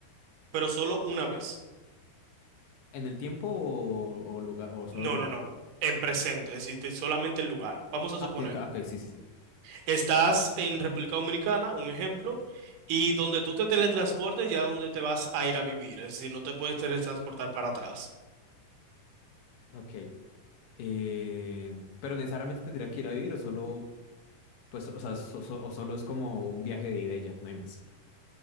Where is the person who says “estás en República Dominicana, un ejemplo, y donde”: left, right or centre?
Right